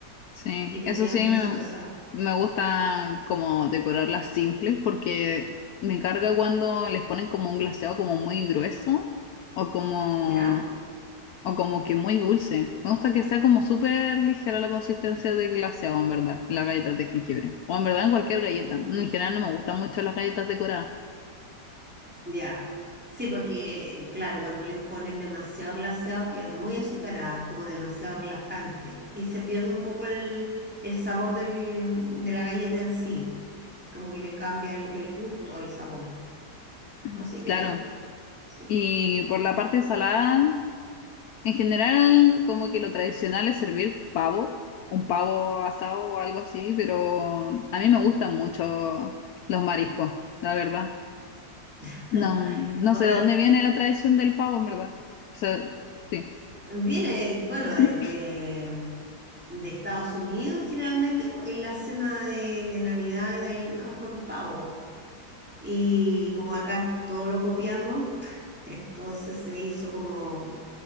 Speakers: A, on the left (about 70°); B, in the centre.
A: sí.
B: y te
A: Eso
B: quedan
A: sí
B: preciosas,
A: me, me gustan como decorarlas simples, porque me carga cuando les ponen como un glaseado como muy grueso o como
B: ¿ya?
A: O como que muy dulce. Me gusta que sea como súper ligera la consistencia del glaseado, en verdad, las galletas de jengibre. O en verdad en cualquier galleta.
B: Mm,
A: En general no me gustan mucho las galletas decoradas.
B: Ya. Sí, porque, claro, cuando le ponen demasiado glaseado quedan muy azucaradas, como demasiado relajantes, y se pierde un poco el, el sabor del- de la galleta en sí, como que le cambia el, el gusto, el sabor.
A: Ujú.
B: Así que,
A: Claro.
B: sí.
A: Y por la parte salada, en general como que lo tradicional es servir pavo, un pavo asado o algo así, pero a mí me gustan mucho los mariscos, la verdad.
B: <laughs>
A: No, no
B: Bueno,
A: sé de dónde viene la tradición del pavo, en verdad. O sea, sí.
B: viene, bueno, de,
A: <coughs>
B: de- de Estados Unidos, generalmente co- en la cena de, de Navidad y de Año Nuevo con pavo. Y como acá todo lo copiamos, <laughs> entonces se hizo como,